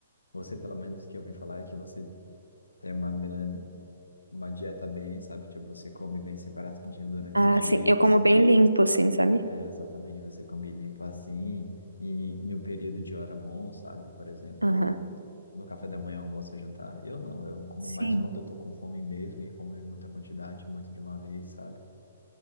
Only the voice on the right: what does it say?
Ah,
sim, eu como bem limpo, assim, sabe?
Aham.
Sim,